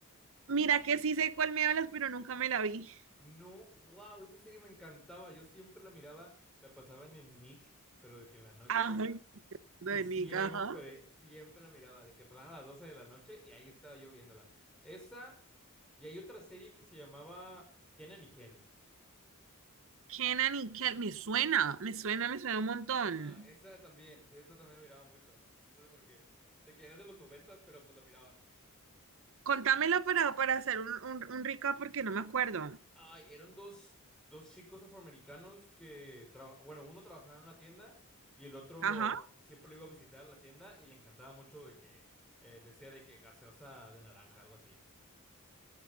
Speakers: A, on the right; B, in the centre.
A: Mira que sí sé cuál me hablas, pero nunca me la vi.
B: No, wow, esa serie me encantaba. Yo siempre la miraba, la pasaban en Nick, pero de que en la noche.
A: Ay, de
B: Y siempre,
A: Nick, ajá.
B: siempre la miraba, de que pasaban a las 12 de la noche y ahí estaba yo viéndola. Esa, y hay otra serie que se llamaba Kenan y Kel.
A: Kenan y Kel, me suena, me suena, me suena un montón.
B: Ajá, esa también, esa también la miraba mucho. No sé por qué. De que era de los noventas, pero pues la miraba.
A: Contámelo para, para hacer un, un, un recap porque no me acuerdo.
B: Ay, eran dos, dos chicos afroamericanos que, traba- bueno, uno trabajaba en una tienda y el otro
A: Ajá.
B: siempre lo iba a visitar a la tienda y le encantaba mucho de que eh, decía de que gaseosa de naranja, algo así.